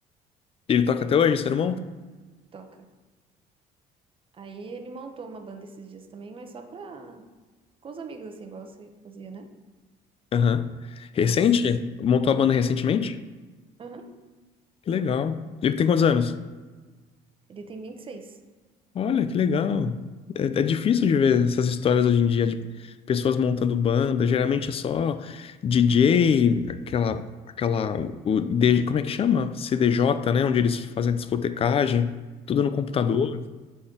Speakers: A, on the left; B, on the right.
A: Ele toca até hoje, seu irmão?
B: toca. Aí ele montou uma banda esses dias também, mas só pra... Com os amigos, assim, igual você fazia, né?
A: Aham. Recente? Montou a banda recentemente?
B: Aham.
A: Que legal. Ele tem quantos anos?
B: Ele tem 26.
A: Olha, que legal. É, é difícil de ver essas histórias hoje em dia de pessoas montando banda. Geralmente é só DJ, aquela, aquela, o, o D- como é que chama? CDJ, né? Onde eles fazem a discotecagem, tudo no computador.